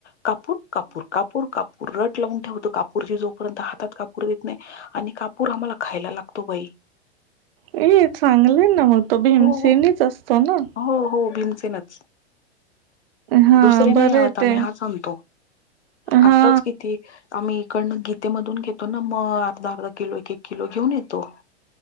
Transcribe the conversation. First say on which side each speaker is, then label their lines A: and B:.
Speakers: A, on the left; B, on the right.
A: कापूर कापूर कापूर कापूर रट लावून ठेवतो, कापूरची जोपर्यंत हातात कापूर देत नाही आणि कापूर आम्हाला खायला लाग तो बाई.
B: ए चांगलं आहे ना मग तो भीमसेनीच
A: हो हो
B: असतो ना.
A: हो हो भीमसेनच.
B: हा
A: दुसरे नाही
B: बरे
A: आणत आम्ही
B: ते
A: हाच आणतो,
B: हा
A: आत्ताच किती आम्ही इकडनं गीतेमधून घेतो ना मग, अर्धा -अर्धा किलो, एक -एक किलो घेऊन येतो.